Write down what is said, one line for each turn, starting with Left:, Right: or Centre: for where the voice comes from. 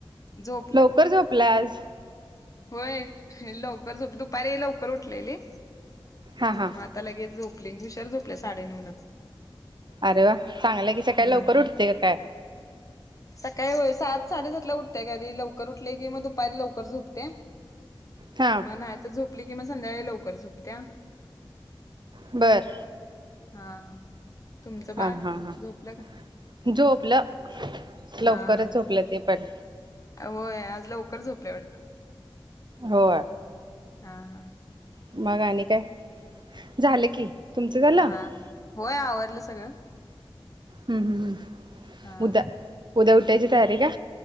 Left: झोपलं
Right: लवकर झोपलंय आज.
Left: होय लवकर झो दुपारी लवकर उठलेली.
Right: हा हा
Left: म आता लगेच झोपली उशर झोपलीया साडेनऊलाच.
Right: अरे वा चांगलयं की सकाळी
Left: हा
Right: लवकर उठते का काय.
Left: सकाळी होय सात साडेसातला उ त्या कधी लवकर उठले की मग दुपारी लवकर झोपते
Right: हा
Left: म नाही तर झोपते उठली की म संध्याकाळी लवकर झोपतीया.
Right: बर.
Left: हा. तुमचं बाळ
Right: हा हा हां
Left: झोपलं का
Right: झोपलं, लवकरच
Left: हा हा
Right: झोपलं ते. पण.
Left: होय आज लवकर झोपले वाटतं?
Right: हो.
Left: हां हां.
Right: मग आणि काय? झालं की. तुमचं झालं
Left: हा
Right: हम्म
Left: होय आवरलं सगळं.
Right: हम्म हम्म हम्म
Left: हा
Right: उदा उद्या उठायची तयारी का?